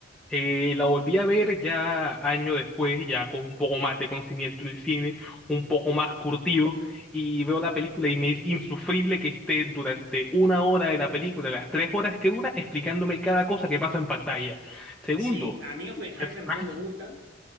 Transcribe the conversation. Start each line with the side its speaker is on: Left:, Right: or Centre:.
Centre: Eh, la volví a ver ya años después, ya con un poco más de conocimiento del cine, un poco más curtido, y veo la película y me es insufrible que esté durante una hora de la película, las tres horas que dura, explicándome cada cosa que pasa en pantalla. Segundo,
Right: sí, a mí Oppenheimer
Centre: los personajes
Right: no me gusta.